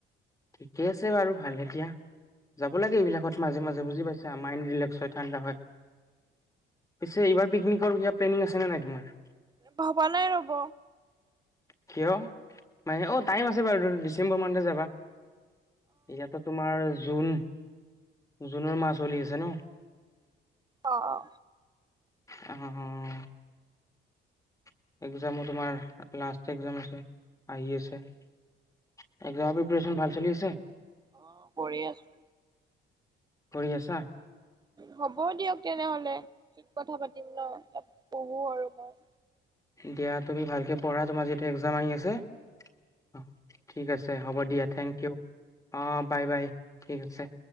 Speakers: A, on the left; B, on the right.
A: ঠিকে আছে বাৰু ভাল এতিয়া। যাব লাগে এইবিলাকত মাজে, মাজে বুজি পাইছা মাইণ্ড ৰিলেক্স হয় ঠাণ্ডা হয় পিছে এইবাৰ। পিকনিকৰ কিবা প্লেনিং আছে নে নাই তোমাৰ।
B: ভবা নাই ৰব।
A: কিয় মা অ তাই <unintelligible> ডিচেম্বৰ মানহে যাবা এটিয়াটো তোমাৰ জুন জুনৰ মাহ চলি আছে ন?
B: অ', অ',
A: অ', এক্জামো তোমাৰ লাষ্ট এক্জাম আছে। আহি আছে। এক্সামৰ প্ৰিপাৰেচন ভাল চলি আছে?
B: অ', পৰি আছো।
A: কৰি আছা
B: হ'ব দিয়ক তেনেহলে। কথা পাতিম ন পঢ়ো আৰু মই।
A: দিয়া তুমি ভালকে পঢ়া তোমাৰ যিহেতু এক্জাম আহি আছে অঁ, ঠিক আছে। ছে হ'ব দিয়া থেংক ইউ। অ', বাই বাই। ঠিক আছে।